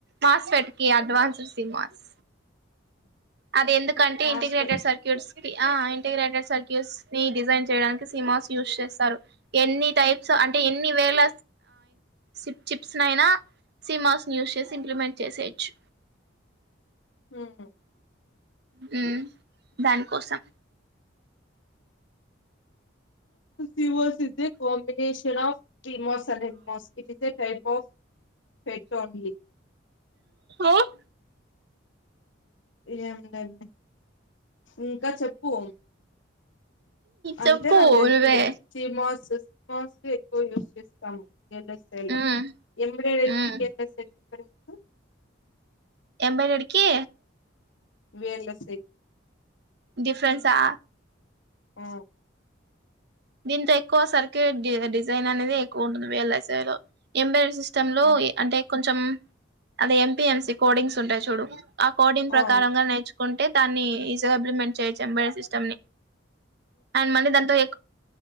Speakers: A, on the right; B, on the left.
A: మాస్ ‌ఫెట్ కీ అడ్వాన్సడ్ సిమాస్ అది ఎందుకంటే
B: మాస్ఫెట్
A: ఇంటిగ్రేటెడ్ సర్క్యూట్స్ అ ఇంటిగ్రేటెడ్ సర్క్యూస్ ని డిజైన్ చేయడానికి సిమాస్ యూజ్ చేస్తా స్తరు ఎన్ని టైప్ సో అంటే ఎన్ని వేల సిప్ చిప్స్నయినా సీమాస్ ని యూస్ చేసి ఇంప్లిమెంట్ చేసేయచ్చు
B: హుమ్
A: మ్మ్ దాన్ కోసం
B: సిమాస్ ఈజె కాంబినేషన్ ఆఫ్ సిమాస్ అనే మాస్‌ఫెట్ ఇస్ ఏ టైప్ పో ఫెట్ ఓన్లీ
A: ఆహ్
B: ఏం లేదె ఇంక చెప్పు అంటే
A: చెప్పు
B: నాక్ తెలుస్తది
A: నువ్వే
B: సిమాస్ మాస్ సి యూస్ చేస్తాము వీఎల్ఎస్ఐ లో
A: మ్మ్
B: ఎంబెడెడ్ అయితే
A: మ్మ్
B: వీఎల్ఎస్ఐకి పడుకు
A: ఎంబడెడ్ కి
B: వి యల్ ఎస్ ఐ
A: డి ఫ్రెన్సా
B: ఆ
A: దీంతో ఎక్కువ సరికి డిజైన్ అనేది ఎక్కువ ఉంటుంది వి ఎల్ ఎస్ ఐ లో ఎంబెడెడ్ సిస్టమ్లో
B: ఆ
A: అంటే కొంచెం అదే ఎంపీ ఎంసి కోర్డింగ్స్ ఉంటయి చూడు ఆ కోడింన్ ప్రకారంగ
B: ఆ
A: నేర్చు కుంటే దాన్ని ఈజగా ఇంప్లిమెంట్ చేయచ్చు ఎంబడెడ్ సిస్టమ్ ని అన్డ్ మల్లి దాంతో ఎ